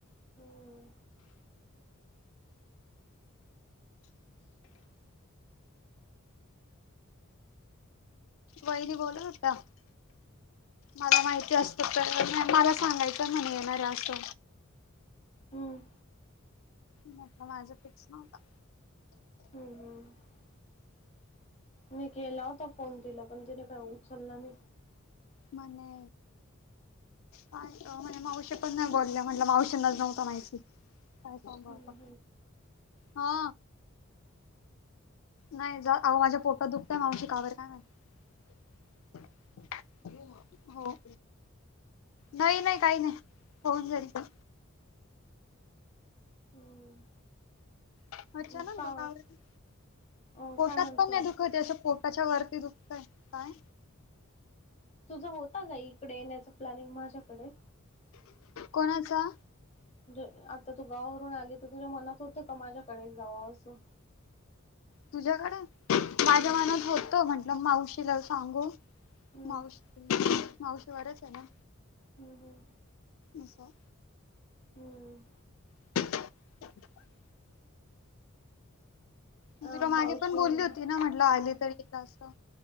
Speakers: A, on the left; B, on the left.
A: हम्म
B: वहिनी बोलत होत्या. मला माहिती असत तर मला सांगायचं म्हणे येणार असतो.
A: हम्म.
B: मग माझा फिक्स नव्हता.
A: हम्म हम्म मी केला होता फोन तिला पण तिने काय उचलला नाही.
B: म्हणे. काय म्हणे, मावशी पण नाही बोलल्या, म्हटलं, मावशींनाच नव्हतं माहिती. काय सांगु
A: हम्म
B: आता, हा? नाही जा, अहो, माझ्या पोटात दुखतंय. मावशी, का बंर, काय माहीत? हो. नाही-नाही, काही नाही, होऊन झाली तर.
A: हम्म
B: अचानक
A: हम्म का
B: बघ, आवळतंय
A: अ
B: पोटात.
A: काय म्हणतो
B: पण नाही दुखत असं पोट. त्याच्या वरती दुखत आहे काय?
A: तुझा होता का इकडे येण्याचं प्लॅनिंग माझ्याकडे?
B: कोणाचा.
A: म्हणजे, आता तू गावावरून आलीतर तुझ्या मनात होतं का माझ्याकडे जावावं असं?
B: तुझ्याकडे
A: हम्म
B: माझ्या मनात होतं, म्हटलं, मावशीला सांगू.
A: हम्म
B: मावशी मावशीवररच आहे ना,
A: हम्म हम्म
B: असं?
A: हम्म
B: <inaudible> मी
A: अ
B: तुला मागे
A: मावशी
B: पण बोलली होती ना, म्हटलं, आली
A: ह
B: तरी येईल असं.